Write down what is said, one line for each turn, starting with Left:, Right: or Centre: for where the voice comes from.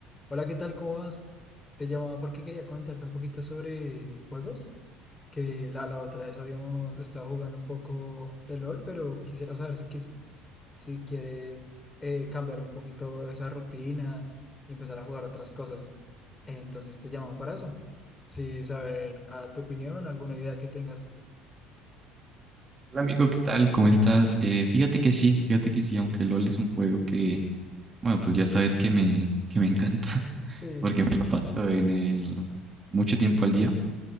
Left: Hola, ¿qué tal? ¿Cómo vas? Te llamaba porque quería comentarte un poquito sobre juegos, que la, la otra vez habíamos estado jugando un poco de LOL, pero quisiera saber si, quis- si quieres eh, cambiar un poquito esa rutina y empezar a jugar otras cosas. Eh, Entonces te llamaba para eso. Sí, saber a tu opinión, alguna idea que tengas.
Right: Hola amigo, ¿qué tal? ¿Cómo estás? Eh, fíjate que sí, fíjate que sí, aunque LOL es un juego que, bueno, pues ya sabes que me, que me encanta,
Left: <laughs>
Right: <laughs>
Left: Sí,
Right: porque me la paso en el mucho tiempo al día.